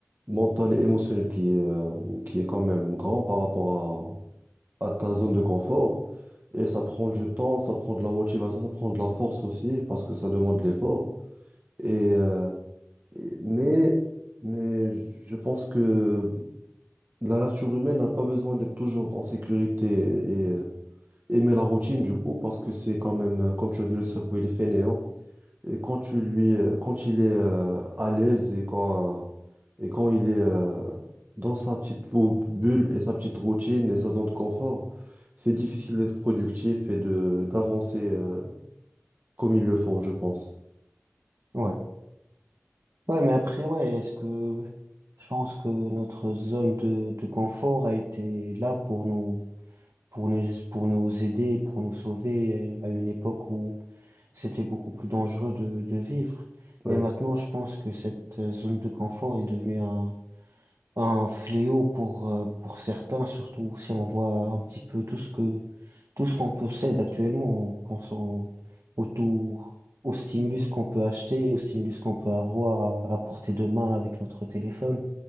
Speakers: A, on the right; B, on the right.
A: mental et émotionnel, qui est, euh, qui est quand même grand par rapport à, à ta zone de confort. Et ça prend du temps, ça prend de la motivation, ça prend de la force aussi, parce que ça demande de l'effort. Et, euh, et- mais, mais je pense que la nature humaine n'a pas besoin d'être toujours en sécurité et euh, aimer la routine du coup, parce que c'est quand même, euh, comme tu as dit, le cerveau, il est fainéant. Et quand tu lui, euh, quand il est euh, à l'aise et quand, euh, et quand il est euh, dans sa petite bou- bulle et sa petite routine et sa zone de confort, c'est difficile d'être productif et de d'avancer euh, comme il le faut, je pense.
B: Ouais. Ouais, mais après, ouais, est-ce que, je pense que notre zone de, de confort a été là pour nous, pour nous, pour nous aider, pour nous sauver à une époque où c'était beaucoup plus dangereux de, de vivre.
A: Ouais,
B: Mais maintenant, je pense que cette euh, zone de confort est devenue un, un fléau pour, euh, pour certains, surtout si on voit un petit peu tout ce que, tout ce qu'on possède actuellement, qu'on s'en, au tout, au stimulus qu'on peut acheter, au stimulus qu'on peut avoir à, à portée de main avec notre téléphone.